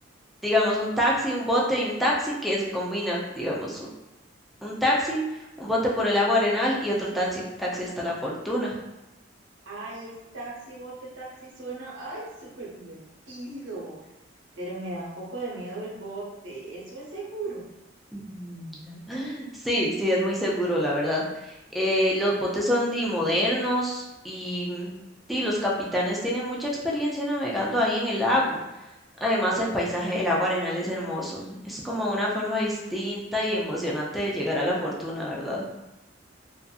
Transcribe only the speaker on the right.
Ay, ese taxi, bote taxi suena, ay, súper divertido, pero me da un poco de miedo el bote, eso es seguro.